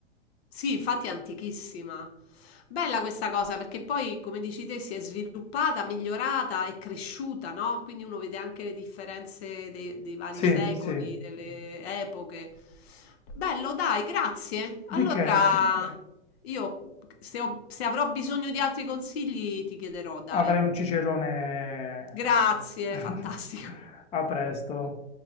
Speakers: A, on the left; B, on the left.
A: Sì, infatti è antichissima. Bella questa cosa perché poi, come dici te, si è sviluppata, migliorata e cresciuta, no? Quindi uno vede anche le differenze dei, dei vari
B: Sì,
A: secoli,
B: sì.
A: delle epoche. Bello, dai, grazie. Allora,
B: Di che
A: io se, ho- se avrò bisogno di altri consigli ti chiederò, dai.
B: avrei un cicerone
A: Grazie,
B: <laughs>
A: fantastico.
B: a presto.